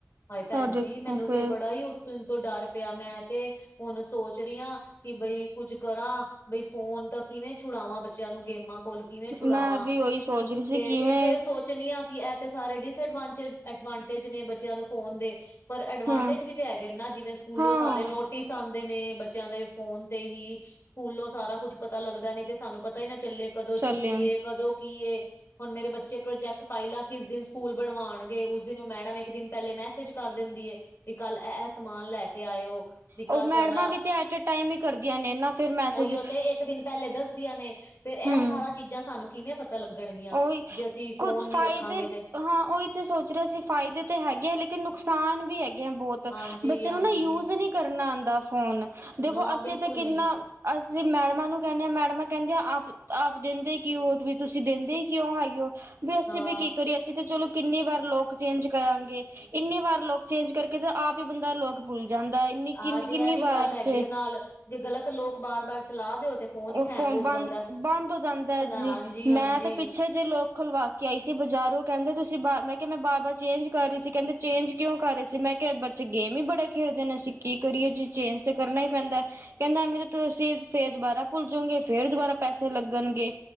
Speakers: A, on the left (about 50°); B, on the right (about 55°).
A: ਹਾਏ ਭੈਣ
B: ਆ ਦੇਖੋ
A: ਜੀ ਮੈਨੂੰ
B: ਫੇਰ
A: ਤੇ ਬੜਾ ਹੀ ਉਸ ਦਿਨ ਤੋਂ ਡਰ ਪਿਆ, ਮੈਂ ਤੇ ਹੁਣ ਸੋਚ ਰਹੀ ਹਾਂ। ਕਿ ਬਈ ਕੁੱਝ ਕਰਾਂ, ਬਈ ਫੋਨ ਤਾਂ ਕਿਵੇਂ ਛੁਡਾਵਾਂ ਬੱਚਿਆਂ ਨੂੰ, ਗੇਮਾਂ ਕੋਲ ਕਿਵੇਂ ਛੁਡਾਵਾਂ
B: ਮੈਂ ਵੀ ਉਹੀ ਸੋਚ ਰਹੀ ਸੀ
A: ਤੇ
B: ਕਿਵੇਂ
A: ਫੇਰ ਫੇਿਰ ਸੋਚ ਚੁਨੀਆਂ ਕਿ ਇਹ ਤੇ ਸਾਰੇ ਡਿਸਅਡਵਾਂਟ ਐਡਵਾਂਟੇਜ ਨੇ ਬੱਚਿਆਂ ਨੂੰ ਫੋਨ ਦੇ। ਪਰ ਐਡਵਾਂਟੇਜ
B: ਹਮ
A: ਵੀ ਤੇ ਹੈਗੇ ਨਾ ਜਿਵੇਂ ਸਕੂਲੋਂ
B: ਹਾਂ
A: ਸਾਰੇ ਨੋਟਿਸ ਆਉਂਦੇ ਨੇ ਬੱਚਿਆਂ ਦੇ ਫੋਨ ਤੇ ਹੀ। ਸਕੂਲੋਂ ਸਾਰਾ ਕੁੱਛ ਪਤਾ ਲੱਗਦਾ ਨੀ ਤੇ ਸਾਨੂੰ ਪਤਾ ਹੀ ਨਾ ਚੱਲੇ, ਕਦੋਂ
B: ਚੱਲੇ
A: ਛੁੱਟੀ ਏ, ਕਦੋਂ ਕੀ ਏ। ਹੁਣ ਮੇਰੇ ਬੱਚੇ ਪ੍ਰੋਜੈਕਟ ਫਾਈਲਾਂ ਕਿਸ ਦਿਨ ਸਕੂਲ ਬਣਵਾਉਣਗੇ ਉਸ ਦਿਨ ਉਹ ਮੈਡਮ ਇੱਕ ਦਿਨ ਪਹਿਲੇ ਮੈਸੇਜ। ਕਰ ਦਿੰਦੀ ਏ ਵੀ ਕੱਲ ਇਹ ਇਹ ਸਮਾਨ ਲੈ ਕੇ ਆਇਓ। ਵਿ
B: ਉਹ
A: ਕਲ
B: ਮੈਡਮਾਂ
A: ਤੁਹਾਡਾ
B: ਵੀ ਤੇ ਐਟ ਏ ਟਾਈਮ ਹੀ ਕਰਦੀਆਂ ਨੇ ਨਾ ਫਿਰ ਮੈਸੇਜ
A: ਉਹੀਓ ਤੇ ਇੱਕ ਦਿਨ ਪਹਿਲੇ ਦੱਸਦੀਆਂ ਨੇ। ਫੇਿਰ ਇਹ
B: ਹਮ
A: ਸਾਰਾ ਚੀਜ਼ਾਂ ਸਾਨੂੰ ਕਿਵੇਂ ਪਤਾ ਲੱਗਣਗੀਆਂ
B: ਉਹੀ
A: ਜੇ ਅਸੀਂ
B: ਕੁਝ
A: ਫੋਨ ਨੀ
B: ਫਾਇਦੇ
A: ਰੱਖਾਂਗੇ ਤੇ।
B: ਹਾਂ ਉਹੀ ਸੋਚ ਰਹੇ ਸੀ ਫਾਇਦੇ ਤੇ ਹੈਗੇ ਆ ਲੇਕਿਨ ਨੁਕਸਾਨ ਵੀ ਹੈਗੇ ਆ ਬਹੁਤ
A: ਹਾਂਜੀ-ਹਾਂਜੀ,
B: ਬੱਚੇ ਨੂੰ ਨਾ ਯੂਜ ਨਹੀਂ। ਕਰਨਾ ਆਉਂਦਾ ਫੋਨ ਦੇਖੋ
A: ਨਾ
B: ਅਸੀਂ
A: ਬਿਲਕੁਲ
B: ਤਾਂ ਕਿੰਨਾ।
A: ਨੀ
B: ਅਸੀਂ ਮੈਡਮਾਂ ਨੂੰ ਕਹਿੰਦੇ ਹਾਂ ਮੈਡਮਾਂ ਕਹਿੰਦੀਆਂ ਆਪ ਆਪ ਦਿੰਦੇ ਕਿ ਉਹ ਵੀ ਤੁਸੀਂ ਦਿੰਦੇ। ਦਿੰਦੇ ਕਿਉਂ ਹੈਗੀ ਉਹ ਵੀ ਅਸੀਂ
A: ਹਾਂ,
B: ਵੀ ਕੀ ਕਰੀਏ ਅਸੀਂ ਤੇ ਚਲੋ ਕਿੰਨੀ ਵਾਰ ਲੋਕ ਚੇਂਜ ਕਰਾਂਗੇ। ਇੰਨੀ ਵਾਰ ਲੋਕ ਚੇਂਜ ਕਰਕੇ ਤਾਂ ਆਪ ਹੀ ਬੰਦਾ ਲੋਕ ਭੁੱਲ ਜਾਂਦਾ ਇੰਨੀ
A: ਹਾਂਜੀ
B: ਕਿੰਨੀ ਕਿੰਨੀ
A: ਇਹ ਵੀ
B: ਵਾਰ
A: ਗੱਲ ਹੈਗੀ
B: ਚ।
A: ਆ ਨਾਲ ਜੇ ਗ਼ਲਤ ਲੋਕ ਬਾਰ ਬਾਰ ਚਲਾ ਦਿਓ ਤੇ। ਹੀ
B: ਉਹ
A: ਹੈਂਗ
B: ਫੋਨ
A: ਹੋ
B: ਬੰਦ
A: ਜਾਂਦਾ।
B: ਬੰਦ ਹੋ ਜਾਂਦਾ ਜੀ
A: ਹਾਂਜੀ-ਹਾਂਜੀ,
B: ਮੈਂ ਤੇ ਪਿੱਛੇ ਜੇ ਲਾਕ। ਖੁਲਵਾ ਕੇ ਆਈ ਸੀ ਬਜ਼ਾਰੋਂ ਕਹਿੰਦੇ ਤੁਸੀਂ ਬਾਰ ਮੈਂ ਕਿਹਾ ਮੈਂ ਬਾਰ ਬਾਰ ਚੇਂਜ ਕਰ ਰਹੀ ਸੀ ਕਹਿੰਦੇ ਚੇਂਜ ਕਿਉਂ ਕਰ ਰਹੇ ਸੀ ਮੈਂ ਕਿਹਾ ਇਹ ਬੱਚੇ। ਗੇਮ ਹੀ ਬੜਾ ਖੇਡਦੇ ਨੇ ਅਸੀਂ ਕੀ ਕਰੀਏ ਜ ਚੇਂਜ ਤਾਂ ਕਰਨਾ ਹੀ ਪੈਂਦਾ। ਕਹਿੰਦਾ ਐਵੇਂ ਤੇ ਤੁਸੀ ਫੇਰ ਦੁਬਾਰਾ ਭੁੱਲ ਜਾਉਗੇ ਫੇਰ ਦੁਬਾਰਾ ਪੈਸੇ ਲੱਗਣਗੇ।